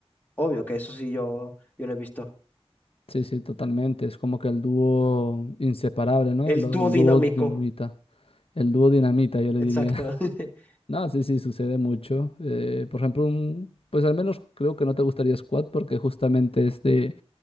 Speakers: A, on the left; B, on the left.
A: Obvio que eso sí yo, yo lo he visto.
B: Sí, sí, totalmente. Es como que el dúo inseparable, ¿no?
A: El
B: Lo-
A: dúo
B: el
A: dinámico.
B: dúo dinamita. El dúo dinamita, yo le
A: Exacto.
B: diría.
A: <laughs>
B: No, sí, sí, sucede mucho. Eh, por ejemplo, un, pues al menos creo que no te gustaría squat porque justamente es de